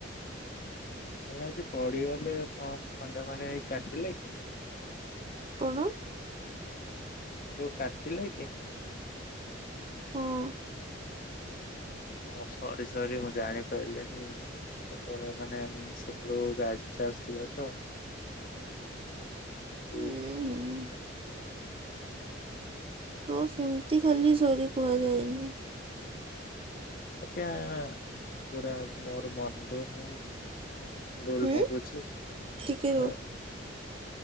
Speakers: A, on the left; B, on the right.
A: ଆଉ ଆଜି ପଡିଗଲେ କ ଖଣ୍ଡିଆ ଫଣ୍ଡିଆ ହେଇ କାଟିଲା କି?
B: କଣ?
A: ଯୋଉ କାଟିଲା କି?
B: ହଁ
A: ହଁ ସରି ସରି ମୁଁ ଜାଣିପାରିଲିନି ସେବଳେ ମାନେ ଉଁ ସେପଟକୁ ଗାଡି। ଟା ଆଶୁଥିଲା ତ। ଯଉ।
B: ହୁଁ ହୁଁ କ ସେମିତି ଖାଲି ସରି କୁହାଯାଏନି।
A: ଓକେ ମୁଁ ପୁରା ମୋର ମନ ରୁ ହିଁ। ଭୁଲ୍
B: ହୁଁ
A: ମାଗୁଛି ହଁ।
B: ଟିକେ